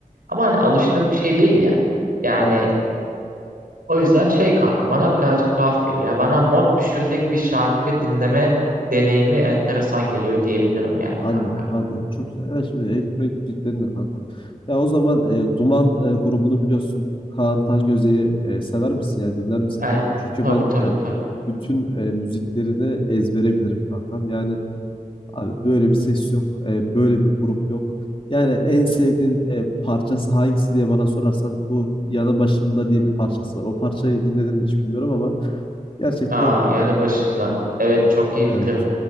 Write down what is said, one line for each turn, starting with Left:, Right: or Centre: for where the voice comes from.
Right: Ama hani alıştığım bir şey değil ya. Yani
Left: Anladım.
Right: o yüzden şey kanka bana birazcık tuhaf geliyor. Ya bana mod düşürecek bir şarkı dinleme deneyimi enteresan geliyor diyebilirim yani
Left: Anladım,
Right: kanka.
Left: anladım. Çok güzel. Yani şimdi elektronik müziklerin de kankam. Ya o zaman e, Duman e, grubunu biliyorsun. Kaan Tangöze'yi e, sever misin? Yani dinler misin
Right: Evet
Left: kankam? Çünkü
Right: tabii
Left: ben
Right: tabii
Left: yani
Right: tabii.
Left: bütün e, müziklerini ezbere bilirim kankam. Yani abi böyle bir ses yok. e, böyle bir grup yok. Yani en sevdiğin e, parçası hangisi diye bana sorarsan bu Yanı Başımda diye bir parçası var. O parçayı dinledim mi hiç bilmiyorum ama gerçekten
Right: Aa,
Left: e,
Right: yanı başımdan. Evet
Left: e,
Right: çok iyi bilirim.
Left: evet.